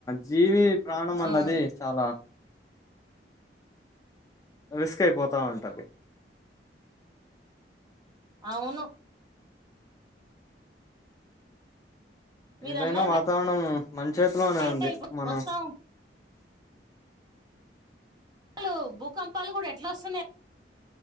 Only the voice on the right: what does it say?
ఆ
అవును మీరు
అన్నది
రైట్
అయిపో
మొత్తం అసలు భూకంపాలు కూడా ఎట్లా వస్తున్నాయి